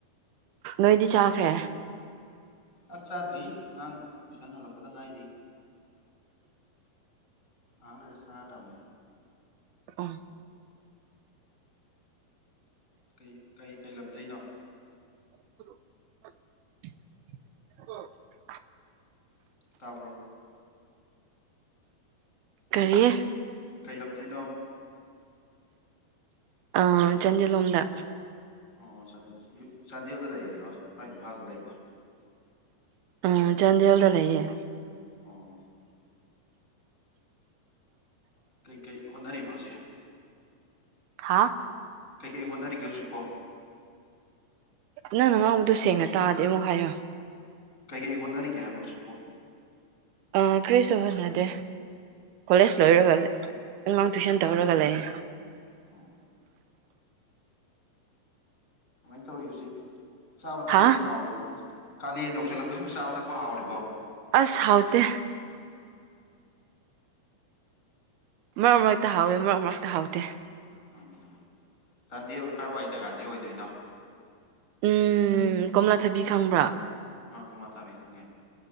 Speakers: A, on the right (about 80°); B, on the left (about 20°).
A: ꯅꯣꯏꯗꯤ ꯆꯥꯈ꯭ꯔꯦ
B: ꯆꯥꯛ ꯆꯥꯗ꯭ꯔꯤ ꯑꯉꯥꯡ ꯇꯨꯏꯁꯟ ꯍꯜꯂꯛꯄꯗ ꯉꯥꯏꯔꯤ ꯉꯥꯏꯍꯥꯛ ꯂꯩꯔ ꯆꯥꯔꯗꯝꯅꯤ
A: ꯎꯝ
B: ꯀꯩ ꯀꯩ ꯀꯩ ꯂꯝꯗꯩꯅꯣ
A: <unintelligible>
B: ꯇꯥꯕꯔꯣ
A: ꯀꯔꯤ
B: ꯀꯩ ꯂꯝꯗꯩꯅꯣ
A: ꯑꯥ ꯆꯟꯗꯦꯟ ꯂꯣꯝꯗ
B: ꯑꯣ ꯆꯥꯟꯗꯦꯜ ꯆꯥꯟꯗꯦꯜꯗ ꯂꯩꯌꯤꯔꯣ ꯀꯥꯏ ꯏꯝꯐꯥꯜꯗ ꯂꯩꯕ꯭ꯔꯣ
A: ꯑꯝ ꯆꯥꯟꯗꯦꯂꯗ ꯂꯩꯌꯦ
B: ꯑꯣ ꯀꯩꯀꯩ ꯍꯣꯠꯅꯔꯤꯕ ꯍꯧꯖꯤꯛ
A: ꯍꯥꯥ
B: ꯀꯩꯀꯩ ꯍꯣꯠꯅꯔꯤꯒꯦ ꯍꯧꯖꯤꯛꯄꯣ
A: ꯅꯪꯅ ꯉꯥꯡꯕꯗꯣ ꯁꯦꯡꯅ ꯇꯥꯗꯦ ꯑꯃꯨꯛ ꯍꯥꯏꯌꯣ
B: ꯀꯩ ꯀꯩ ꯍꯣꯠꯅꯔꯤꯒꯦ ꯍꯥꯏꯕ ꯍꯧꯖꯤꯛꯄꯣ
A: ꯑꯥ ꯀ꯭ꯔꯤꯁꯨ ꯍꯣꯠꯅꯗꯦ ꯀꯣꯂꯦꯖ ꯂꯣꯏꯔꯒ ꯑꯉꯥꯡ ꯇꯨꯏꯁꯟ ꯇꯧꯔꯒ ꯂꯩꯌꯦ
B: <inaudible> ꯀꯃꯥꯏꯅ ꯇꯧꯔꯤ ꯍꯧꯖꯤꯛ ꯆꯥꯕ ꯊꯛꯄꯗꯤ
A: ꯍꯥ
B: ꯍꯥꯎꯔꯤꯕꯣ ꯍꯧꯖꯤꯛ ꯀꯥꯂꯦꯟ ꯌꯧꯁꯜꯂꯛꯄꯁꯤꯁꯨ ꯆꯥꯕ ꯊꯛꯄ ꯍꯥꯎꯔꯤꯕꯣ
A: ꯑꯁ ꯍꯥꯎꯇꯦ ꯃꯔꯛ ꯃꯔꯛꯇ ꯍꯥꯎꯋꯦ ꯃꯔꯛ ꯃꯔꯛꯇ ꯍꯥꯎꯇꯦ
B: ꯎꯝ ꯎꯝ ꯆꯥꯟꯗꯦꯜ ꯀꯔꯋꯥꯏ ꯖꯒꯥꯗꯩ ꯑꯣꯏꯗꯣꯏꯅꯣ
A: ꯎꯝ ꯀꯣꯝꯂꯥꯊꯥꯕꯤ ꯈꯪꯕ꯭ꯔꯥ
B: ꯑꯥ ꯀꯣꯝꯂꯊꯥꯕꯤ ꯈꯪꯉꯦ